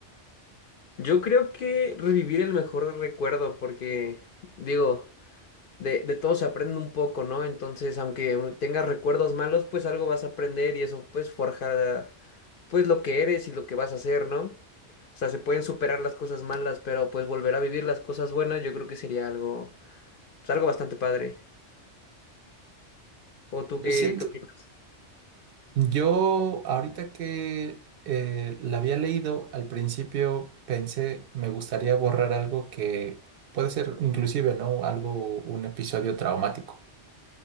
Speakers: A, on the left; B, on the right.
A: Yo creo que revivir el mejor recuerdo, porque digo, de, de todo se aprende un poco, ¿no? Entonces, aunque u- tengas recuerdos malos, pues algo vas a aprender y eso pues forjará pues lo que eres y lo que vas a hacer, ¿no? O sea, se pueden superar las cosas malas, pero pues volver a vivir las cosas buenas, yo creo que sería algo, pues algo bastante padre. ¿O tú
B: Yo
A: qué,
B: siento,
A: qué opinas?
B: yo ahorita que eh, la había leído, al principio pensé, me gustaría borrar algo que puede ser inclusive, ¿no? Algo, un episodio traumático